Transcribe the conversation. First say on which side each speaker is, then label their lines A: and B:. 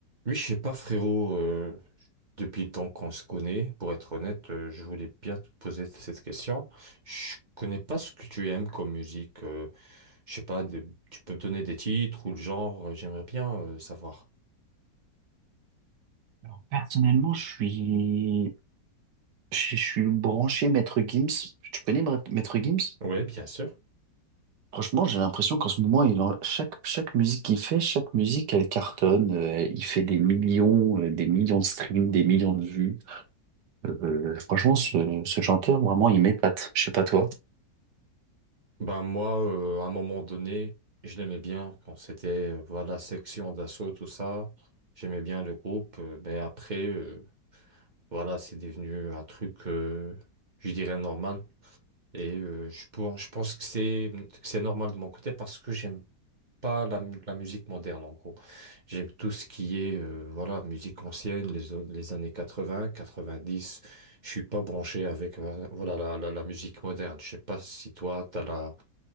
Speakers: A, on the right; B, on the right.
A: Oui, je sais pas, frérot, euh, depuis le temps qu'on se connaît, pour être honnête, euh, je voulais bien te poser cette question. Je connais pas ce que tu aimes comme musique. euh, je sais pas, de- tu peux me donner des titres ou le genre, euh, j'aimerais bien euh, savoir.
B: Alors, personnellement, je suis, je je suis branché Maître Gims. Tu connais Bra- Maître Gims?
A: Ouais, bien sûr.
B: Franchement, j'ai l'impression qu'en ce moment, il en- chaque, chaque musique qu'il fait, chaque musique, elle cartonne. Euh, il fait des millions, euh, des millions de streams, des millions de vues. Euh, franchement, ce, ce chanteur, vraiment, il m'épate. Je sais pas toi.
A: Ben moi, euh, à un moment donné, je l'aimais bien quand c'était euh, voilà section d'assaut, tout ça. J'aimais bien le groupe, euh, mais après, euh, voilà, c'est devenu un truc, euh, je dirais normal. Et euh, je, pour- je pense que c'est que c'est normal de mon côté parce que j'aime pas la, mu- la musique moderne en gros. J'aime tout ce qui est euh, voilà, musique ancienne, les, au- les années 80, 90. Je suis pas branché avec euh, voilà, la, la, la musique moderne. Je sais pas si toi, tu as la,